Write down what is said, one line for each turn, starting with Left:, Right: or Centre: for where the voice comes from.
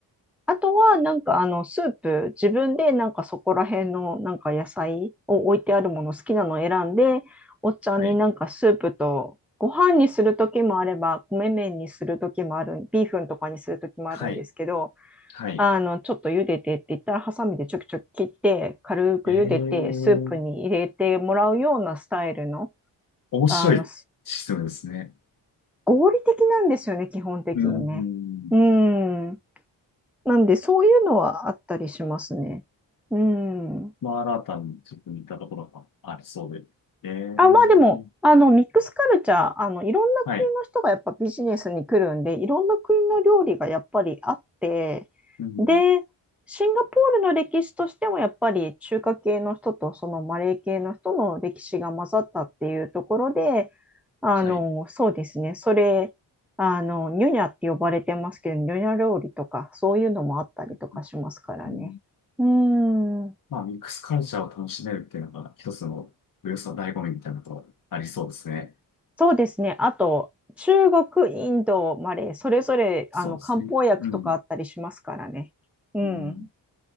Centre: あとは、なんかあの、スープ、自分でなんかそこら辺のなんか野菜を置いてあるもの好きなのを選んで、おっちゃんになんかスープとご飯にする時もあれば、
Left: はい。
Centre: 米麺にする時もある、ビーフンとかにする時もあるんですけど、
Left: はい。はい。
Centre: あの、ちょっと茹でてって言ったら、ハサミでちょきちょき切って、軽く茹でて、
Left: ええ
Centre: スープに入れてもらうようなスタイルの、
Left: 面白いシステムですね。
Centre: あの、合理的なんですよね、基本的にね。
Left: うん。
Centre: うん。なんで、そういうのはあったりしますね。うん。
Left: マラタにちょっと似たところがありそうで。ええ
Centre: あ、まあでも、あの、ミックスカルチャー、あの、いろんな国の人がやっぱビジネスに来るんで、
Left: はい。
Centre: いろんな国の料理がやっぱりあって、
Left: うん。
Centre: で、シンガポールの歴史としてもやっぱり中華系の人とそのマレー系の人の歴史が混ざったっていうところで、あの、
Left: はい。
Centre: そうですね、それ、あの、ニュニャって呼ばれてますけど、ニュニャ料理とか、そういうのもあったりとかしますからね。
Left: うん。
Centre: うーん。
Left: まあ、ミックスカルチャーを楽しめるっていうのが一つの、およそ醍醐味みたいなところありそうですね。
Centre: そうですね。あと、中国、インド、マレー、それぞれ、あの、
Left: そうですね。
Centre: 漢方薬とかあったりしますからね。
Left: うん。
Centre: うん。
Left: うん